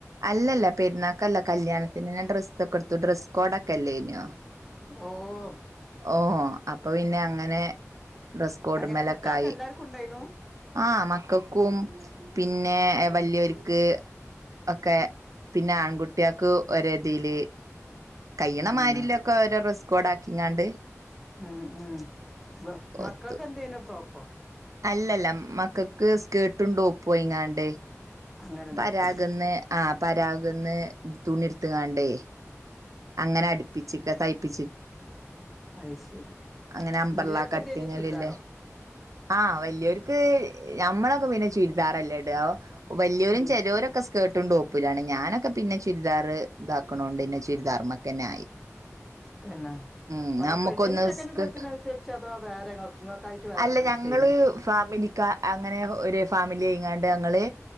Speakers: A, on the right (about 85°); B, in the centre.
A: അല്ലല്ല പെരുന്നാക്കല്ല കല്യാണത്തിന് ഞാൻ ഡ്ര കൊടുത്ത് ഡ്രസ് കോഡൊക്കെല്ലേ ഇനോ
B: ഓഹ്
A: ഓഹോ അപ്പൊ പിന്നെ അങ്ങനെ ഡ്രസ്കോഡ്
B: അങ്ങനെ
A: മെലക്കായി
B: കുട്ടികൾക്ക് എല്ലാർക്കും ഉണ്ടായിനു
A: ആഹ് മക്കൾക്കും പിന്നെ വലിയോര്ക്ക് ഒക്കെ പിന്നെ ആൺകുട്ടികക്ക് ഒരേ ഇതീല് കൈയ്ണ
B: അങ്ങനെ
A: മാരില്ല ഒക്കെ ഓരോ ഡ്രസ്സ് കോഡ് ആക്കിങ്ങാണ്ട്
B: ഉം ഉം മക്കൾക്ക്
A: ഒത്തു
B: എന്തേനും ഫ്രോക്കോ
A: അല്ലല്ല മക്കൾക്ക് സ്കേർട്ടും ടോപ്പും ഒയിങ്ങാണ്ട്
B: അങ്ങനെ ഉണ്ടാക്കി
A: പരാഗ് ന്ന്ആഹ് പരാഗ അതൊന്ന് തുണി എടുത്ത്ങ്ങാണ്ടേ അങ്ങനെ അടുപ്പിച്ച് തൈപ്പ
B: അത് ശരി
A: അങ്ങനെ അമ്പർലാ
B: വല്ല്യോർക്ക്
A: കട്ടിങ്ങലില്ലേ
B: എന്തേനി ചുരിദാറോ
A: ആഹ് വലിയോർക്ക് ഞമ്മളൊക്കെ പിന്നെ ചുരിദാറല്ലേ വലിയരും
B: ഉം
A: ചെലോരൊക്കെ സ്കേർട്ടും ടോപ്പിലാണ് ഞാനൊക്കെ പിന്നെ ചുരിദാർ ഇതാക്കണോണ്ട്ന്നെ ചുരിദാർമ്മക്കന്നെ ആയി
B: തന്ന
A: ഉം
B: ആ
A: നമ്മുക്കൊന്ന്
B: പെണ്ണ്ടിന്റെ ചെക്കന്റെ
A: സ്കേർട്ട്
B: ഡ്രസ്സന് അനുസരിച്ച അതോ വേറെങ്ങങ്ങക്കായിട്ട് വേറെ
A: അല്ല
B: ഡ്രസ്സായിനു
A: ഞങ്ങള് ഫാമിലിക്കാ അങ്ങനെ ഒരു ഫാമിലിയിങ്ങാണ്ട് ഞങ്ങള്